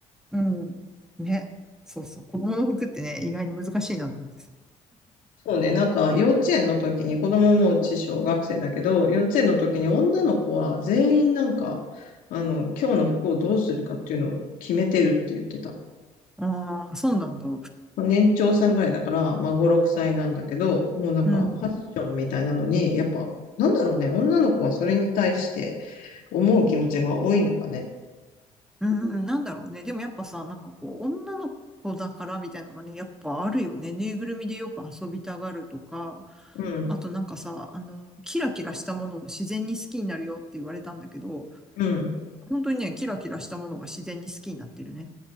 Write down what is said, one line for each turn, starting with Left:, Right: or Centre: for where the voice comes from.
Centre: うん。ね。そうそう。子供の服ってね、意外に難しいなと思ってさ。
Left: そうね、なんか幼稚園の時に、子供もうち小学生だけど、幼稚園の時に女の子は全員なんか、あの、今日の服をどうするかっていうのを決めてるって言ってた。
Centre: ああ、そうなんだ。
Left: まあ年長さんぐらいだから、まあ5、6歳なんだけど、もうなんかファッションみたいなのに、
Centre: うん。
Left: やっぱ、なんだろうね、女の子はそれに対して思う気持ちが多いのかね。
Centre: うん、なんだろうね。でもやっぱさ、なんかこう、女の子だからみたいなのがね、やっぱあるよね。ぬいぐるみでよく遊びたがるとか、
Left: うん、
Centre: あとなんかさ、あの、キラキラしたものを自然に好きになるよって言われたんだけど、
Left: うん、
Centre: 本当にね、キラキラしたものが自然に好きになってるね。